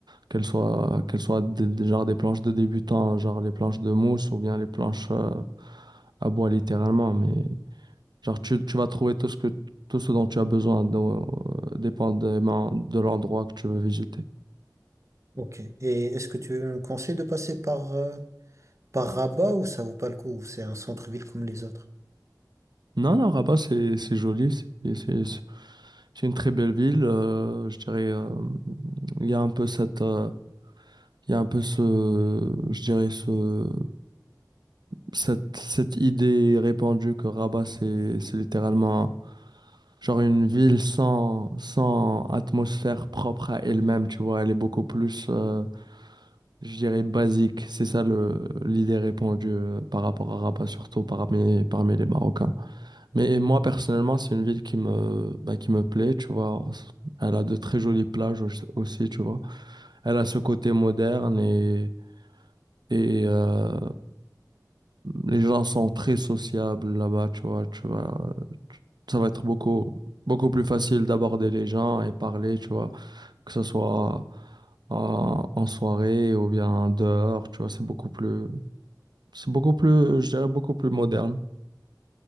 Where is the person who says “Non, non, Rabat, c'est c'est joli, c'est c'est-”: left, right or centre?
Right